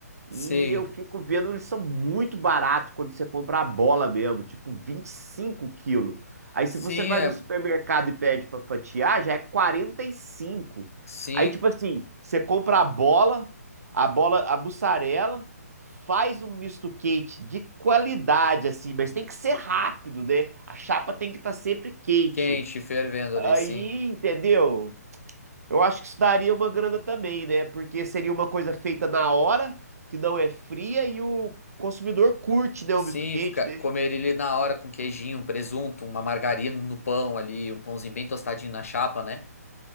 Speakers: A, on the right; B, on the left.
A: E
B: Sim.
A: eu fico vendo, eles são muito baratos quando você compra a bola mesmo, tipo 25 quilos. Aí
B: Sim,
A: se você vai
B: é.
A: no supermercado e pede pra fatiar, já é 45.
B: Sim.
A: Aí tipo assim, você compra a bola, a bola, a mussarela, faz um misto quente de qualidade assim, mas tem que ser rápido, né? A chapa tem que estar sempre quente.
B: Quente, fervendo
A: Aí,
B: ali, sim.
A: entendeu? Eu acho que isso daria uma grana também, né? Porque seria uma coisa feita na hora, que não é fria e o consumidor curte, né,
B: Sim,
A: o misto quente,
B: fica,
A: né?
B: comer ele na hora com queijinho, um presunto, uma margarina no pão ali, um pãozinho bem tostadinho na chapa, né?